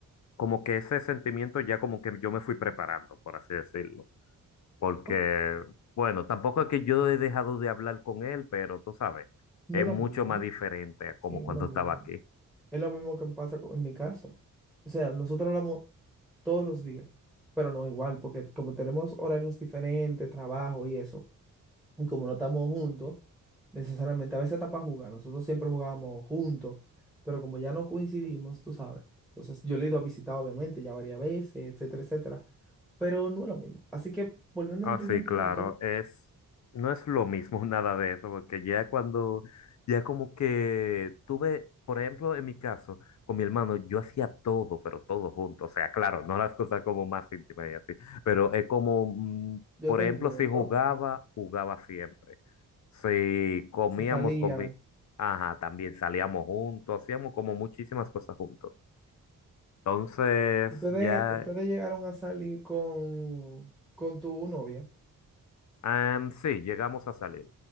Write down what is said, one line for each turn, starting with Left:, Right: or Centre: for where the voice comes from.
Left: como que ese sentimiento ya como que yo me fui preparando, por así decirlo, porque
Centre: No
Left: bueno, tampoco es que yo he dejado de hablar con él, pero tú sabes,
Centre: no
Left: es
Centre: es lo
Left: mucho
Centre: mismo,
Left: más diferente a como
Centre: sí, no
Left: cuando
Centre: es lo mismo.
Left: estaba aquí.
Centre: Es lo mismo que pasa con- en mi caso. O sea, nosotros hablamos, todos los días, pero no igual, porque como tenemos horarios diferentes, trabajo y eso, y como no estamos juntos, necesariamente a veces está para jugar, nosotros siempre jugábamos juntos, pero como ya no coincidimos, tú sabes, entonces yo le he ido a visitar obviamente ya varias veces, etcétera, etcétera, pero no es lo mismo. Así que volviendo al
Left: Ah,
Centre: primer
Left: sí, claro,
Centre: punto,
Left: es, no es lo mismo <laughs> nada de eso, porque ya cuando, ya como que tuve, por ejemplo, en mi caso, con mi hermano, yo hacía todo, pero todo junto, o sea, claro, no las cosas como más íntimas y así, pero es como, mm,
Centre: yo
Left: por
Centre: te entiendo,
Left: ejemplo, si jugaba, jugaba siempre, si comíamos,
Centre: si salían,
Left: comí, ajá, también salíamos juntos, hacíamos como muchísimas cosas juntos, entonces
Centre: ustedes,
Left: ya,
Centre: ustedes llegaron a salir con, con tu novia.
Left: em, sí, llegamos a salir.